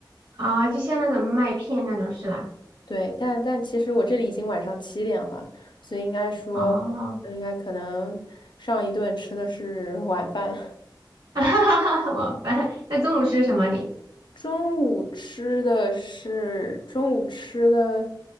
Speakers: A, on the right (about 75°); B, on the left (about 70°).
A: 啊、就像那种麦片那种是吧？
B: 对，但但其实我这里已经晚上七点了，所以应该说我应该可能上一顿吃的是晚饭，
A: 哦，<laughs> 哈哈哈，晚饭。那中午吃的什么你？
B: <laughs> 中午吃的是中午吃的